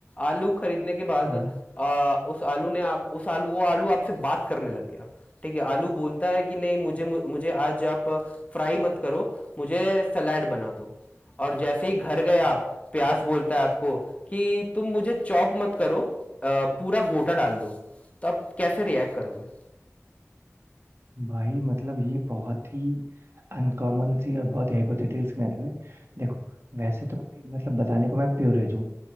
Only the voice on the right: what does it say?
हाँ
भाई मतलब ये बहुत ही अनकॉमन सी और बहुत ही हाइपोथेटिकल सिनेरियो है देखो वैसे तो भाई मतलब बताने को मैं प्योरेज हूँ